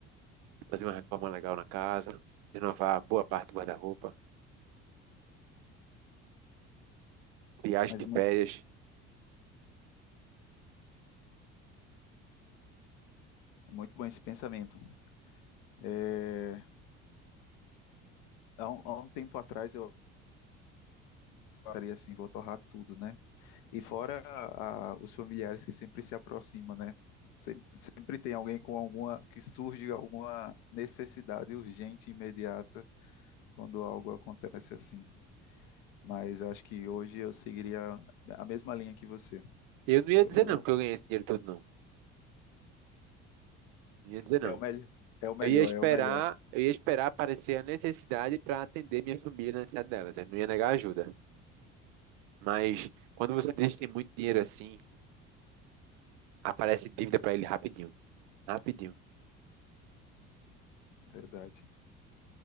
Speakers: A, on the right; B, on the left.
A: fazer uma reforma legal na casa, renovar boa parte do guarda-roupa, viagem
B: Mas
A: de
B: muito,
A: férias.
B: é muito bom esse pensamento. É, há um, há um tempo atrás, eu estaria assim, vou torrar tudo, né? E fora a- a- os familiares que sempre se aproximam, né? Sempre, sempre tem alguém com alguma, que surge alguma necessidade urgente, imediata, quando algo acontece assim. Mas acho que hoje eu seguiria a mesma linha que você.
A: Eu não ia
B: Hoje
A: dizer
B: eu,
A: não que eu ganhei esse dinheiro todo, não. Não ia dizer não.
B: é o melhor, é o melhor,
A: Eu ia esperar,
B: é o melhor.
A: eu ia esperar aparecer a necessidade para atender minha família na necessidade delas. Eu não ia negar ajuda. Mas quando você deixa tem muito dinheiro assim, aparece dívida para ele rapidinho, rapidinho.
B: Verdade.